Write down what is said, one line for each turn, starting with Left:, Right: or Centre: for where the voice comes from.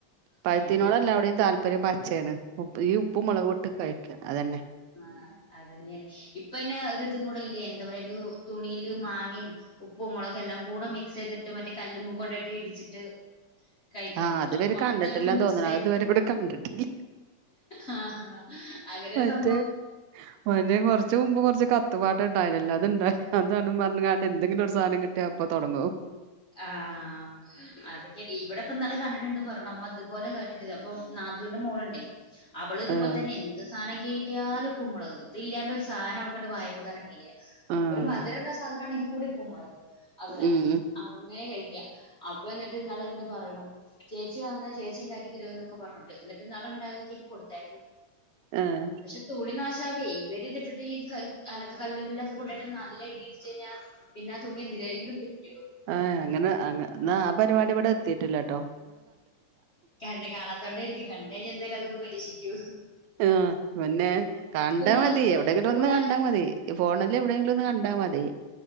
Right: പഴുത്തിനോടല്ല
Left: കഴുകി
Right: അവിടിം താല്പര്യം പച് ച്ചേണ് ഉപ്പ് ഈ ഉപ്പ് മോളകൂട്ട് കഴിക്ക അതന്നെ.
Left: ആഹ് അതെന്നെണ്. ഇപ്പഅയ്‌ന് ഒര് ഇതും കൂടെ ഇല്ലേ എന്താ പറയാ ഒരു തുണിയില് മാങ്ങിം ഉപ്പും, മോളകും എല്ലാം കൂടെ മിക്സ് ചെയ്തിട്ട് മറ്റേ കല്ല്മ്മെ കൊണ്ടോയിട്ട് ഇടിച്ചിട്ട്. കഴിക്കണ്ത്
Right: ആഹ് അത്
Left: അപ്പൊ
Right: ഇവര്
Left: മൊത്തം
Right: കണ്ടിട്ടില്ലാന്ന്
Left: ഇങ്ങട്ട് മിക്സായിട്ട്.
Right: തോന്നണു അത് ഇതുവരെ ഇവിടെ കണ്ടിട്ടില്ല
Left: ആഹ് ആഹ് അങ്ങനൊരു സംഭവ്
Right: മറ്റേ വര്നിം കൊറച്ച് മുമ്പ് കൊറച്ച് കത്ത്പാട്ട് ഇണ്ടായ്നല്ലോ അത്ണ്ട്. അതാന്നും പറഞ്ഞ് കാണ്ട് എന്തെങ്കിലും ഒരു സാനം കിട്ടിയാ അപ്പോ തൊടങ്ങും.
Left: ആഹ് അത് എടി ഇബ്ടെ ഇപ്പ ന്നാള് കണ്ടിട്ട്ണ്ട് പറിണു, അമ്മ ഇത്പോലെ കാട്ടിതരോ അപ്പൊ ന്നാത്തൂന്റെ മോളുണ്ടേ. അവള് ഇതുപോലെ
Right: ആഹ്
Left: തന്നെ എന്ത് സാധനം കേറ്റിയാലും ഇപ്പും മോളഗ് ഇത് ഇല്ലാണ്ട് ഒരു സാധനം അവൾക്കണ്ട് വായെ കൂടെ എറങ്ങില്ല്യാ.
Right: ആഹ്
Left: ഒര് മധരള്ള സാധന ആണെങ്കിൽ കൂടി ഇപ്പും മോളഗും അത് വേണം
Right: ഉം
Left: അങ്ങനെ കഴിക്കാ. അപ്പന്ന്ട്ട് ഇന്നാള്ണ്ട് പറെണു ചേച്ചി വന്നാ ചേച്ചിണ്ടാക്കി തരോന്നൊക്കെ പറഞ്ഞ്ട്. ന്ന്ട്ട് ന്നാള് ണ്ടാക്കീറ്റ് കൊടുത്താര്ന്നു.
Right: ആഹ്
Left: പഷേ തുണി നാശാവെയ് ഇവരിതിട്ടിട്ട് ഈ ക്കൽ, അലക്ക്‌ കല്ലുമല്ലൊക്കെ കൊണ്ടായിട്ട് നല്ല ഇടി ഇട്ച്ച്ഴിഞ്ഞ പിന്നെ ആ തുണി എന്തിനെങ്കിലും പറ്റ്
Right: ആഹ് അങ്ങനെ ന്നാ ആ പരിപാടി ഇവ്ടെ എത്തിട്ടില്ലട്ടോ.
Left: കണ്ണ് കാണാതോണ്ടായിരിക്കും കണ്ടഴിഞ്ഞ എന്തായാലും അതൊന്ന് പരീക്ഷിക്കും
Right: ആഹ് മുന്നെ. കണ്ടാമതി
Left: മുളകും ഇതൊക്കെ
Right: എവിടെയെങ്കിലൊന്ന്
Left: കൂടെ
Right: കണ്ടാ മതി ഈ ഫോണില് എവിടെയെങ്കിലും ഒന്ന് കണ്ടാമതി.